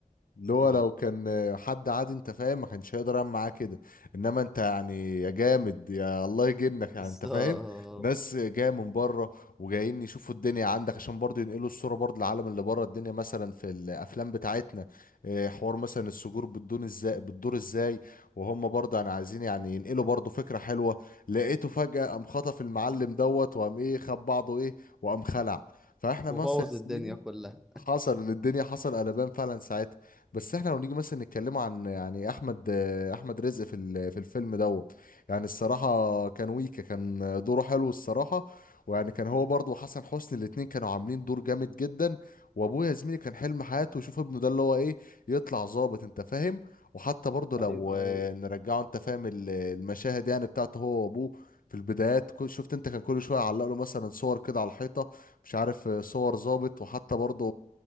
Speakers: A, on the left (about 80°); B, in the centre.
A: اللي هو لو
B: هت-
A: كان حد عادي انت فاهم ما كانش هيقدر يعمل معاه كده انما انت يعني يا جامد يا الله يجنك يعني
B: بالظبط
A: انت فاهم ناس جايه من بره وجايين يشوفوا الدنيا عندك عشان برضه ينقلوا الصوره برضه للعالم اللي بره الدنيا مثلا في الافلام بتاعتنا اه، حوار مثلا السجور بتدور ازاي بتدور ازاي وهم برضه يعني عايزين يعني ينقلوا برضه فكره حلوه لقيته فجاه قام خطف المعلم دوت وقام ايه خد بعضه ايه وقام خلع فاحنا
B: وبوظ
A: مثلا يا
B: الدنيا
A: زميلي
B: كلها
A: حصل إن الدنيا حصل قلبان فعلا ساعتها بس احنا لو نيجي مثلا نتكلم عن يعني احمد احمد رزق في ال- في الفيلم دوت يعني الصراحه كان ويكا كان دوره حلو الصراحه ويعني كان هو برضه وحسن حسني الاتنين كانوا عاملين دور جامد جدا وابويا يا زميلي كان حلم حياته يشوف ابنه ده اللي هو ايه يطلع ظابط انت فاهم وحتى برضه لو
B: ايوه
A: آه،
B: ايوه
A: نرجعه انت فاهم ال- المشاهد يعني بتاعته هو وابوه في البدايات كل- شفت انت كان كل شويه يعلق له مثلا صور كده على الحيطه مش عارف صور ظابط وحتى برضه